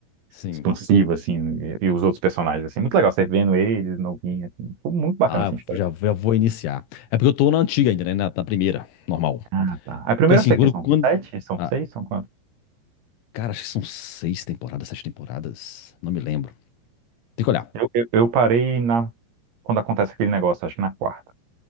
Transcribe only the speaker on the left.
sim.
Ah,
já, já vou iniciar. É porque eu tô na antiga ainda, né? Na, na primeira, normal.
Porque assim,
quando.
quando-
ah,
cara, acho que são seis temporadas, sete temporadas. Não me lembro. Tem que olhar.